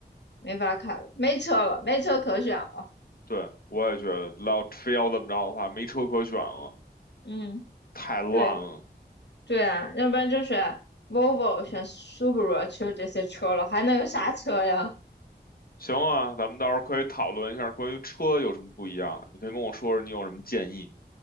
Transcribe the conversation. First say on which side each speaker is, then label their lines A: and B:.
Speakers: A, on the left; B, on the left.
A: 没法开了，没车了，没车可选了。
B: 对，我也觉得，要非要这么着的话，没车可选了，
A: 嗯，
B: 太烂了。
A: 对对啊，要不然就选 Volvo、选 Subaru，只有这些车了，还能有啥车呀？
B: 行啊，咱们到时候可以讨论一下关于车有什么不一样的，你可以跟我说说你有什么建议。